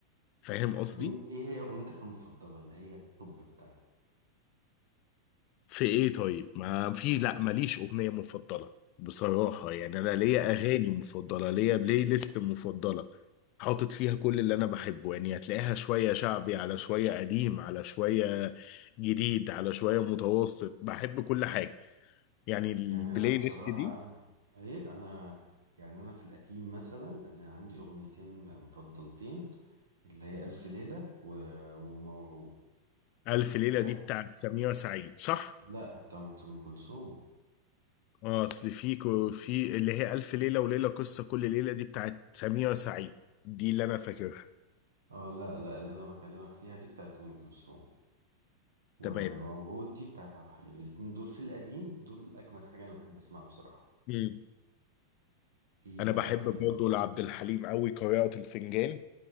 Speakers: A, on the left (about 40°); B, on the right (about 70°).
A: فاهم قصدي
B: طب مين ايه هي اغنيتك المفضله اللي هي التوب بتاعتك
A: في ايه طيب ما في لا ماليش اغنيه مفضله بصراحه يعني انا
B: مم.
A: ليا اغاني مفضله ليا بلاي ليست مفضله حاطط فيها كل اللي انا بحبه يعني هتلاقيها شويه شعبي على شويه قديم على شويه جديد على شويه متوسط بحب كل حاجه يعني البلاي
B: يعني انا بصراحه
A: ليست دي
B: انا ايه انا يعني انا في القديم مثلا انا عندي اغنيتين مفضلتين اللي هي الف ليله و... وموعود
A: ألف ليلة
B: ده
A: دي بتاعت سميرة سعيد صح؟
B: لا بتاعت ام كلثوم
A: اه أصل في كو- في اللي هي ألف ليلة وليلة قصة كل ليلة دي بتاعت سميرة سعيد دي اللي أنا فاكرها
B: اه لا لا اللي انا بكلمك فيها دي بتاعت ام كلثوم وموعود
A: تمام
B: دي بتاعت عبد الحليم الاتنين دول في القديم دول اجمد حاجه انا بحب اسمعها بصراحه
A: مم.
B: في
A: أنا
B: بقى
A: بحب
B: في ال...
A: برضه لعبد الحليم أوي قارئة الفنجان